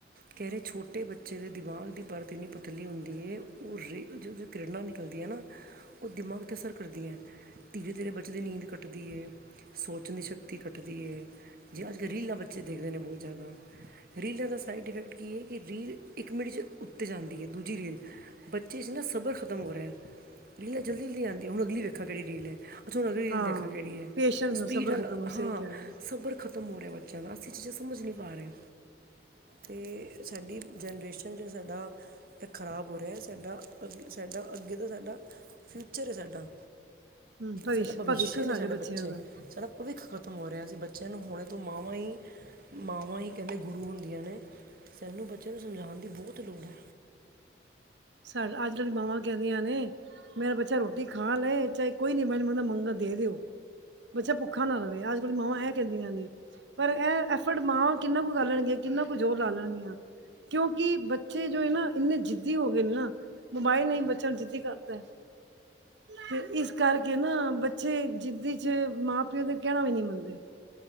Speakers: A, on the right; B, on the right.
A: ਕਹਿ ਰਹੇ ਛੋਟੇ ਬੱਚੇ ਦੇ ਦਿਮਾਗ ਦੀ ਪਰਤ ਇੰਨੀ ਪਤਲੀ ਹੁੰਦੀ ਏ, ਉਹ ਰੇ ਜਦੋਂ ਕਿਰਨਾ ਨਿਕਲਦੀ ਏ ਨਾ
B: ਹ
A: ਉਹ ਦਿਮਾਗ ਤੇ ਅਸਰ ਕਰਦੀਆਂ, ਧੀਰੇ-ਧੀਰੇ ਬੱਚੇ ਦੀ ਨੀਂਦ ਕਟਦੀ ਏ, ਸੋਚਣ ਦੀ ਸ਼ਕਤੀ ਘਟਦੀ ਏ। ਜੇ ਅੱਜ-ਕੱਲ ਰੀਲਾਂ ਬੱਚੇ ਦੇਖਦੇ ਨੇ ਬਹੁਤ ਜ਼ਿਆਦਾ। ਰੀਲਾਂ ਦਾ ਸਾਈਡ ਇਫੈਕਟ ਕੀ ਏ, ਕਿ ਰੀਲ ਇੱਕ ਮਿੰਟ 'ਚ ਉੱਤੇ ਜਾਂਦੀ ਏ, ਦੂਜੀ ਰੀਲ ਬੱਚੇ 'ਚ ਨਾ ਸਬਰ ਖ਼ਤਮ ਹੋ ਰਿਹਾ। ਰੀਲਾਂ ਜਲਦੀ-ਜਲਦੀ ਆਂਦੀਆਂ, ਹੁਣ ਅਗਲੀ ਵੇਖਾਂ ਕਿਹੜੀ ਰੀਲ ਐ। ਅੱਛਾ, ਹੁਣ ਉਹ ਰੀਲ
B: ਹਾਂ
A: ਦੇਖਾ ਕਿਹੜੀ ਐ।
B: ਪੇਸ਼ੈਂਸ
A: ਸਪੀਡ
B: ਸਬਰ
A: ਅਲ
B: ਖਤਮ ਹੋ
A: ਹਾਂ,
B: ਸਹੀ ਕਹਿ ਰਹੇ ਹੋ
A: ਸਬਰ ਖ ਤੇ ਮੂੜ ਏ ਬੱਚਿਆਂ ਦਾ, ਅਸੀਂ ਇਹ ਚੀਜ਼ਾਂ ਸਮਝ ਨੀ ਪਾ ਰ‌ਏਆਂ। ਤੇ ਸਾਡੀ ਜਨਰੇਸ਼ਨ, ਜੋ ਸਾਡਾ ਐਹ ਖ਼ਰਾਬ ਹੋ ਰਿਐ ਸਾਡਾ, ਅਗੇ ਸਾਡਾ, ਅੱਗੇ ਤੋਂ ਸਾਡਾ ਫਿਊਚਰ ਐ ਸਾ ਡਾ,
B: ਹੂੰ ਭਵਿਸ਼
A: ਸਾਡਾ ਬਵਿੱਸ਼ੇ
B: ਭਵਿੱਖ
A: ਨੇ ਸਾਡੇ
B: ਬੱਚਿਆਂ
A: ਬੱਚੇ,
B: ਦਾ
A: ਸਾਡਾ ਭਵਿੱਖ ਖ਼ਤਮ ਹੋ ਰਿਆ, ਅਸੀਂ ਬੱਚਿਆਂ ਨੂੰ ਹੁਣੇ ਤੋਂ ਮਾਵਾਂ ਈ, ਮਾਵਾਂ ਈ ਕਹਿੰਦੇ ਗੁਰੂ ਹੁੰਦੀਆਂ ਨੇ ਸਾਂਨੂੰ ਬੱਚਿਆਂ ਨੂੰ ਸਮਝਾਣ ਦੀ ਬੋਤ ਲੋੜ ਐ।
B: ਸਾ ਅੱਜ-ਕੱਲ੍ਹ ਮਾਵਾਂ ਕਹਿੰਦੀਆਂ ਨੇ ਮੇਰਾ ਬੱਚਾ ਰੋਟੀ ਖਾ ਲ‌ਏ, ਚਾਹੇ ਕੋਈ ਨੀ ਮੈ ਮਦਾ ਮੰਗਾਂ ਦੇ ਦਿਓ, ਬੱਚਾ ਭੁੱਖਾ ਨਾ ਰਵੇ। ਅੱਜ-ਕੱਲ੍ਹ ਮਾਵਾਂ ਐ ਕਹਿੰਦੀਆਂ ਨੇ। ਪਰ ਐ ਐਫ਼ਡ ਮਾਵਾਂ ਕਿੰਨਾ ਕੁ ਕਰ ਲੈਣਗੀਆਂ, ਕਿੰਨਾ ਕੁ ਜ਼ੋਰ ਲਾ ਲੈਣਗੀਆਂ। ਕਿਉਂਕਿ, ਬੱਚੇ ਜੋ ਏ ਨਾ ਇੰਨੇ ਜਿੱਦੀ ਹੋਗੇ ਨੇ ਨਾ, ਮੋਬਾਇਲ ਨੇ ਈ ਬੱਚਿਆਂ ਨੂੰ ਜਿੱਦੀ ਕਰਤੈ। ਤੇ ਇਸ ਕਰਕੇ ਨਾ, ਬੱਚੇ ਜਿਦੀ 'ਚ ਮਾਂ ਪਿਓ ਦੇ ਕੈਣਾ ਵੀ ਨੀ ਮੰਨਦੇ।